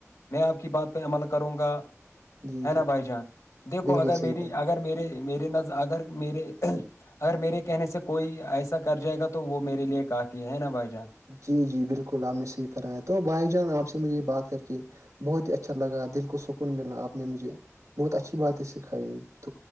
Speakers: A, on the left (about 80°); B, on the right (about 85°).
A: میں آپ کی بات پہ عمل کروں گا
B: جی
A: ہے
B: جی
A: نا بھائی جان دیکھو
B: بالکل
A: اگر
B: صحیح
A: میری
B: بھائی
A: اگر میرے میرے ن اگر میرے اگر میرے کہنے سے کوئی ایسا کر جائے گا تو وہ میرے لیے کافی ہے نا بھائی جان
B: جی جی بالکل آپ نے صحیح فرمایا تو بھائی جان آپ سے مجھے بات کر کے بہت ہی اچھا لگا دل کو سکون مللا آپ نے مجھے بہت اچھی باتیں سکھائی ت